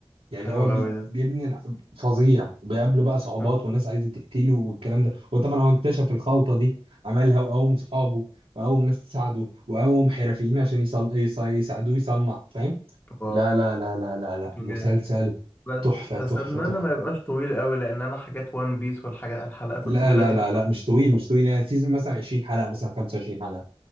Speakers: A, on the right; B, on the left.
A: يعني
B: حلو
A: هو بي
B: قوي ده
A: بيبني الح- فظيع بيقابله بقى صعوبات
B: اه
A: وناس عايزه تقتله والكلام ده وطبعا هو اكتشف الخلطه دي عملها وقوم صحابه وقوم ناس تساعده وقوم حرفيين عشان يصل... يص- يساعدوه يصنع فاهم
B: واو
A: لا لا لا لا لا لا
B: شكله
A: مسلسل
B: جامد بس
A: تحفة
B: بس
A: تحفة
B: اتمنى
A: تحفة
B: ما يبقاش طويل قوي لان انا حاجات وان بيس والحاجات الحلقات
A: لا
B: الطويله
A: لا
B: دي
A: لا
B: ما-
A: لا مش طويل مش طويل يعني سيزون مثلا 20 حلقة مثلا 25 حلقة